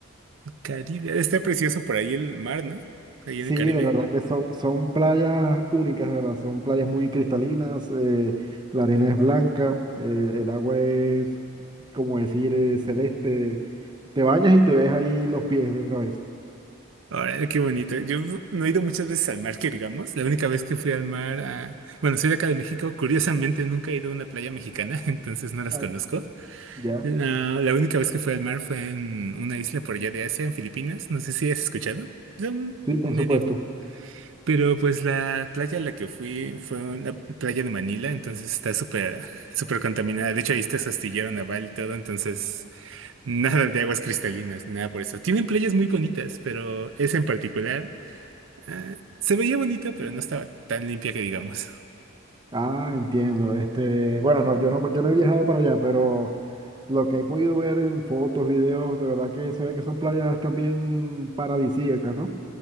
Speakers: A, on the right (about 65°); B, on the right (about 20°).
A: Caribe, está precioso por ahí el mar, ¿no? Ahí
B: Sí,
A: en el Caribe.
B: de verdad que son, son playas únicas, de verdad, son playas muy cristalinas, eh, la arena es blanca, eh, el agua es, como decir, eh, celeste. Te bañas y te ves ahí los pies de una vez.
A: Órale, qué bonito. Yo no he ido muchas veces al mar, que digamos. La única vez que fui al mar, a... bueno, soy de acá de México, curiosamente nunca he ido a una playa mexicana, <laughs> entonces no las
B: Ah,
A: conozco.
B: ya,
A: La, la única vez que fui al mar fue en una isla por allá de Asia, en Filipinas, no sé si has escuchado. Es un
B: sí, por
A: medio.
B: supuesto.
A: Pero pues la playa a la que fui fue una playa de Manila, entonces está súper, súper contaminada. De hecho, ahí está su astillero naval y todo, entonces <laughs> nada de aguas cristalinas ni nada por eso. Tienen playas muy bonitas, pero esa en particular ah, se veía bonita, pero no estaba tan limpia que digamos.
B: Ah, entiendo. Este, bueno, no, yo no, yo no he viajado para allá, pero lo que he podido ver en fotos, videos, de verdad que se ve que son playas también paradisíacas, ¿no?